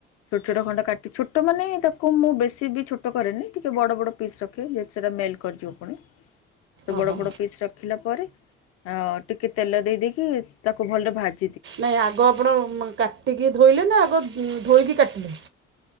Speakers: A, on the left; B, on the right.
A: ଛୋଟ ଛୋଟ ଖଣ୍ଡ କାଟି ଛୋଟ ମାନେ ତାକୁ ମୁଁ ବେଶୀ ବି ଛୋଟ କରେନି ଟିକେ ବଡ ବଡ ପିସ୍ ରଖେ ଯେ ସେଟା ମେଲଟ କରିିବ ପୁଣି। ତ
B: ଓହୋ
A: ବଡ ବଡ ପିସ୍ ରଖିଲା ପରେ <unintelligible> ଟିକେ ତେଲ ଦେଇ ଦେଇକି ତାକୁ ଭଲରେ ଭାଜ
B: ନାଇଁ ଆଗ ଆପଣ କାଟିକି ଧୋଇଲେ ନା ଆଗ- ଧୋଇ କି କାଟିଲେ।